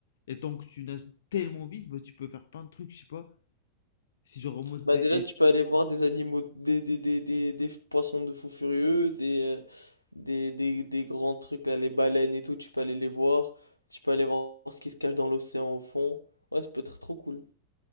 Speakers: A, on the left; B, on the left.
A: Et tant que tu nages tellement vite, bah, tu peux faire plein de trucs, je sais pas. Si je remonte
B: Bah
A: tes...
B: déjà, tu peux aller voir des animaux, des, des, des, des, des poissons de fou furieux, des, euh, des, des, des grands trucs, là, les baleines et tout, tu peux aller les voir. Tu peux aller voir ce qui se cache dans l'océan au fond. Ouais, ça peut être trop cool.